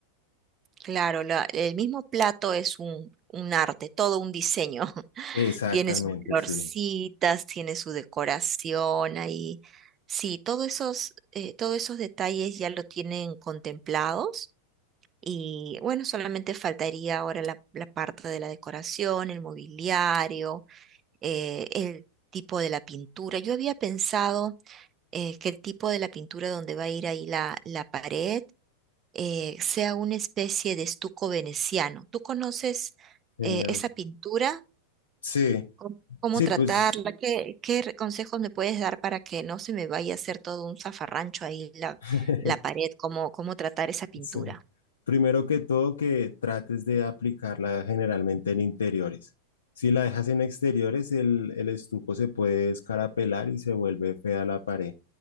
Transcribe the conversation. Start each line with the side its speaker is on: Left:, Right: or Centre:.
Right: Claro, la- el mismo plato es un, un arte, todo un diseño. <laughs>
Left: Exactamente,
Right: Tiene sus florcitas,
Left: sí.
Right: tiene su decoración ahí. Sí, todos esos, eh, todos esos detalles ya lo tienen contemplados. Y bueno, solamente faltaría ahora la, la parte de la decoración, el mobiliario, eh, el tipo de la pintura. Yo había pensado eh, que el tipo de la pintura donde va a ir ahí la, la pared eh, sea una especie de estuco veneciano. ¿Tú conoces
Left: Genial.
Right: eh, esa pintura?
Left: Sí,
Right: ¿Cómo, cómo
Left: sí,
Right: tratarla?
Left: pues
Right: ¿Qué, qué re- consejos me puedes dar para que no se me vaya a hacer todo un zafarrancho ahí la,
Left: <laughs>
Right: la pared? ¿Cómo, cómo tratar esa pintura?
Left: Sí. Primero que todo, que trates de aplicarla generalmente en interiores. Si la dejas en exteriores, el, el estuco se puede escarapelar y se vuelve fea la pared.